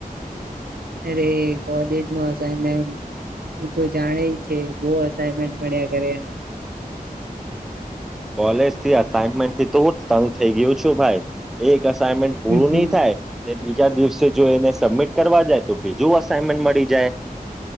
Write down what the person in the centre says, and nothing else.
કોલેજ થી અસાઈનમેન્ટ થી તો હું તંગ થઈ ગયું છું ભાઈ એક અસાઇમેન્ટ પૂરું
નહી થાય બીજા દિવસે જો એને સબમિટ કરવા જાય. તો બીજું અસાઈનમેન્ટ મળી જાય.